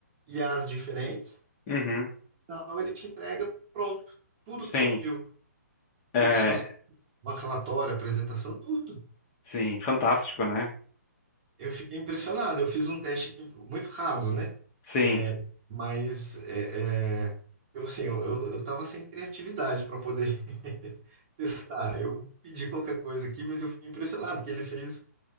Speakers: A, on the right; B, on the left.
A: IAs diferentes,
B: uhum,
A: então ele te entrega pronto, tudo que
B: sim,
A: você pediu.
B: é,
A: Tipo, se você uma relatório, apresentação, tudo.
B: sim, fantástico, né?
A: Eu fiquei impressionado. Eu fiz um teste aqui muito raso, né?
B: Sim,
A: É, mas é, é, eu assim, eu, eu, eu tava sem criatividade para poder <laughs> testar. Eu pedi qualquer coisa aqui, mas eu fiquei impressionado que ele fez